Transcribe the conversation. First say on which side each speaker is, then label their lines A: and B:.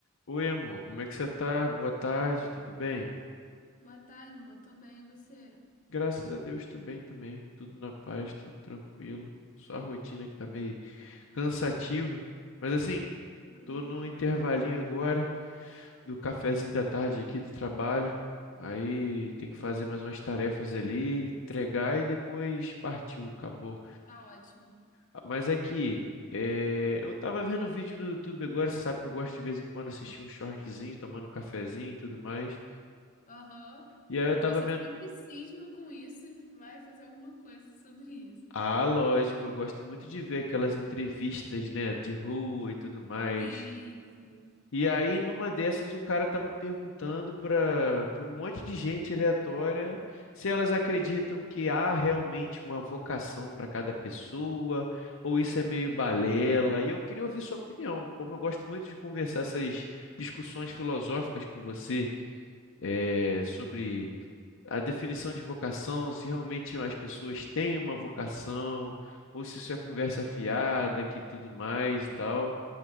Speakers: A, on the left; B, on the left.
A: Oi, amor, como é que você tá? Boa tarde, tudo bem?
B: Boa tarde, amor. Tô bem, e você?
A: Graças a Deus, tô bem também, tudo na paz, tudo tranquilo. Só a rotina que tá meio cansativa, mas assim,
B: Imagino.
A: tô num intervalinho
B: Hum,
A: agora do cafezinho da tarde aqui do trabalho. Aí tem que fazer mais umas tarefas ali, entregar e depois partiu, acabou.
B: tá ótimo.
A: Ah, Mas aqui, é, eu tava vendo vídeo no YouTube agora, você sabe que eu gosto de vez em quando assistir um shortzinho, tomando um cafezinho e tudo mais.
B: Aham.
A: E aí eu
B: E
A: tava
B: você
A: vendo
B: sempre cisma com isso e vai fazer alguma coisa sobre isso.
A: Ah, lógico, eu gosto muito de ver aquelas entrevistas, né, de rua e tudo mais.
B: Sim, sim.
A: E aí, numa dessas, o cara tava perguntando para para um monte de gente aleatória se elas acreditam que há realmente uma vocação para cada pessoa, ou isso é meio balela. E eu queria ouvir sua opinião. Como eu gosto muito de conversar essas discussões filosóficas com você, eh, sobre a definição de vocação, se realmente as pessoas têm uma vocação, ou se isso é conversa fiada que tudo mais e tal.